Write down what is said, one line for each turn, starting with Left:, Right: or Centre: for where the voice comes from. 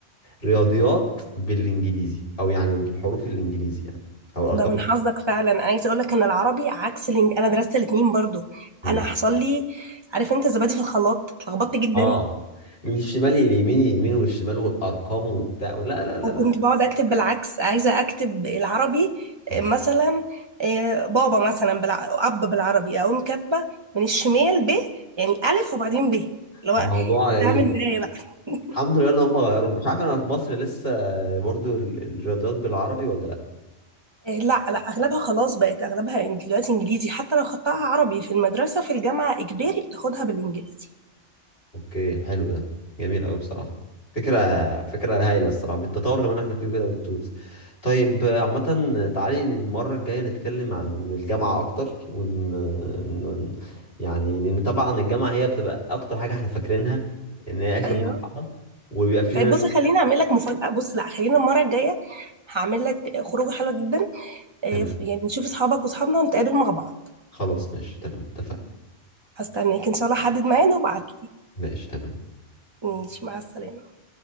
Left: الرياضيات بالانجليزي او يعني بالحروف الانجليزي يعني او الارقام
Right: ده من حظك فعلا عايزه اقول لك ان العربي عكس الإنج... انا درست الاثنين برضو
Left: مم.
Right: انا حصل لي عارف انت زبادي في الخلاط اتلخبطت جدا
Left: اه من الشمال لليمين اليمين والشمال والارقام وبتاع لا لا لا
Right: وكنت
Left: لا
Right: بقعد اكتب بالعكس عايزه اكتب العربي
Left: آه.
Right: آه، مثلا آه، بابا مثلا بالع... اب بالعربي اقوم كاتبه من الشمال ب يعني الف وبعدين ب اللي هو
Left: موضوع
Right: بتعمل
Left: غريب
Right: معايا بقى <laughs>
Left: الحمد لله ان هم غيروا مش عارف انا في مصر لسه برضو ال- الرياضيات بالعربي ولا
Right: إيه، لا لا اغلبها خلاص بقت اغلبها إنج- دلوقتي انجليزي حتى لو خدتها عربي في المدرسه في الجامعه اجباري بتاخدها بالانجليزي
Left: اوكي حلو ده جميل قوي بصراحه فكره فكره هايله الصراحه بالتطور كمان احنا فيه كده والتولز طيب آه، عامه تعالي المره الجايه نتكلم عن الجامعه اكتر ون ن- يعني لان طبعا الجامعه هي بتبقى اكتر حاجه احنا فاكرينها ان هي اخر
Right: ايوه
Left: مرحله وبيبقى فينا
Right: طيب بصي خليني اعمل لك مفاجاه بص لا خلينا المره الجايه هعمل لك خروجه حلوه جدا إيه،
Left: تمام
Right: يعني نشوف اصحابك واصحابنا ونتقابل مع بعض
Left: خلاص ماشي تمام اتفقنا
Right: هستناك ان شاء الله حدد معانا وابعت لي
Left: ماشي تمام
Right: ماشي مع السلامه